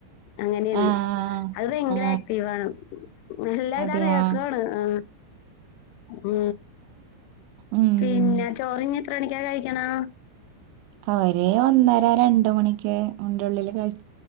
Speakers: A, on the left; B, on the right.
A: അങ്ങനെയാണ്.
B: ആ
A: അത് ഭയങ്കര
B: ആ
A: ആക്റ്റീവാണ്. അല്ല
B: അതെയാ
A: പ്രയാസാണ് ആ ആ
B: ഉം
A: പിന്നെ ചോറു തിന്ന എത്ര മണിക്കാ കഴിക്കണേ
B: അവര് ഒന്നര രണ്ട് മണിക്ക് ഒന്റെ ള്ളില് കഴി